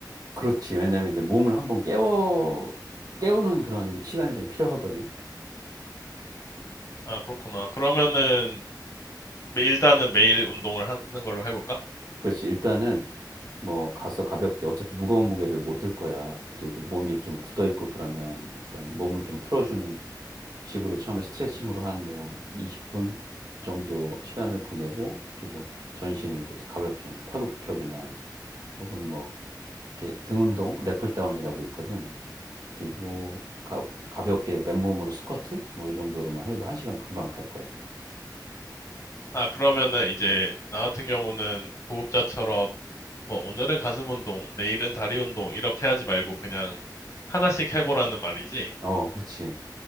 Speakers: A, on the right; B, on the left.
A: 그렇지. 왜냐면 이제 몸을 한번 깨워 깨우는 그런 시간이 좀 필요하거든.
B: 아, 그렇구나. 그러면은 일단은 매일 운동을 하는 걸로 해볼까?
A: 그렇지. 일단은 뭐 가서 가볍게 어차피 무거운 무게를 못 들 거야. 그리고 몸이 좀 굳어 있고 그러면 일단 몸을 좀 풀어주는 식으로 처음에 스트레칭으로 한 뭐 20분 정도 시간을 보내고 그리고 전신을 이제 가볍게 뭐 팔굽혀펴기나 혹은 뭐 이렇게 등 운동 랩풀다운이라고 있거든. 그리고 가, 가볍게 맨몸으로 스쿼트 뭐 이 정도로만 해도 한 시간 금방 갈 거야.
B: 아, 그러면은 이제 나 같은 경우는 고급자처럼 뭐 오늘은 가슴 운동, 내일은 다리 운동 이렇게 하지 말고 그냥 하나씩 해보라는 말이지.
A: 어, 그렇지.